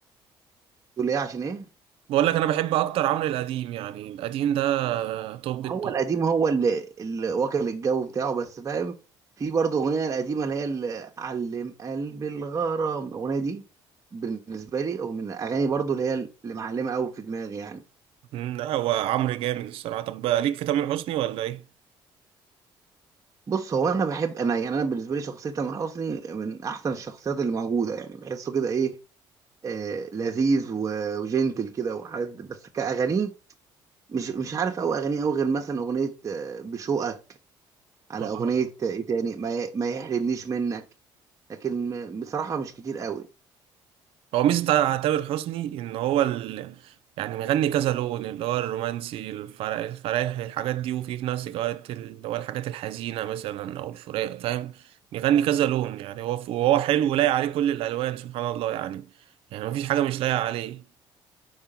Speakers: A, on the right (about 35°); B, on the right (about 75°).
A: تقول ايه عشان ايه
B: بقول لك أنا بحب أكتر عمرو القديم يعني القديم ده توب التوب
A: هو القديم هو اللي, اللي واكل الجو بتاعه بس فاهم في برضه اغنيه القديمه اللي هي اللي علم قلب الغرام الاغنيه دي بالنسبه لي ومن الاغاني برضه اللي هي اللي معلمه قوي في دماغي يعني
B: مم، لا هو عمرو جامد الصراحة طب ليك في تامر حسني ولا إيه؟
A: بص هو انا بحب انا يعني انا بالنسبه لي شخصيه تامر حسني من احسن الشخصيات اللي موجوده يعني بحسه كده ايه آه لذيذ و- وجنتل كده وحد بس كاغانيه مش مش عارف قوي اغانيه قوي غير مثلا اغنيه آه، بشوقك على
B: آه.
A: اغنيه آه، ايه تاني ما ي- ما يحرمنيش منك لكن م- بصراحة مش كتير قوي
B: هو ميزة تامر حسني إن هو ال... يعني مغني كذا لون اللي هو الرومانسي الفر... الفرايح الحاجات دي وفي في نفس الوقت اللي هو الحاجات الحزينة مثلا أو الفراق فاهم مغني كذا لون يعني هو وهو حلو ولايق عليه كل الألوان سبحان الله يعني يعني مفيش حاجة مش لايقة عليه